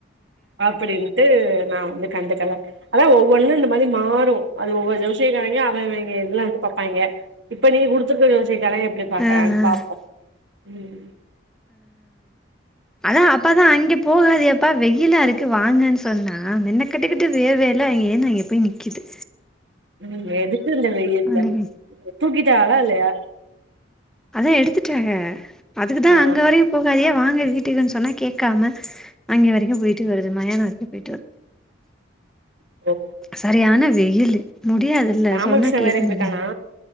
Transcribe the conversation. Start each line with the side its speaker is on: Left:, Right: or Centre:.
Right: அப்டின்னு தத்து நான் வந்து கண்டுக்கல அத ஒவ்வொன்னும் இந்த மாதிரி மாறும் அது ஒவ்வொரு ஜோசியகாரங்க இதெல்லாம் வந்து பாப்பாங்க இப்ப நீ குடுத்துருக்க விவசாயிக்காராமங்க எப்டி பாக்கறான்னு
Centre: ஆ ஆ
Right: பாப்போம் ம்
Centre: அதான் அப்ப தான் அங்கே போகாத அப்பா வெயிலா இருக்கு வாங்கன்னு சொன்னா என்ன கிட்டக்கிட்ட வேற்வேல அங்கே ஏன்னு அங்கே போய் நிக்கிது
Right: ம் எதுக்கு இல் வெயில்ல
Centre: அன்னைக்கு
Right: தூக்கிட்ட அள இல்லையா
Centre: அதான் எடுத்துட்டாங்க அதுக்குதான்
Right: ஆ
Centre: அங்க வரையும் போகாதையே வாங்கக்வீட்டுக்குன்னு சொன்னா கேட்காம அங்கே வரைக்கும் போயிட்டு வருது மயானம் வரைக்கும் போயிட்டு வருது
Right: ஓ
Centre: செரியான வெயிலு முடியாதுல்ல
Right: ராமகிருஷ்ண
Centre: சொன்னா கேக்க
Right: வேலைக்கு
Centre: மாட்டேங்குது
Right: போய்ட்டானா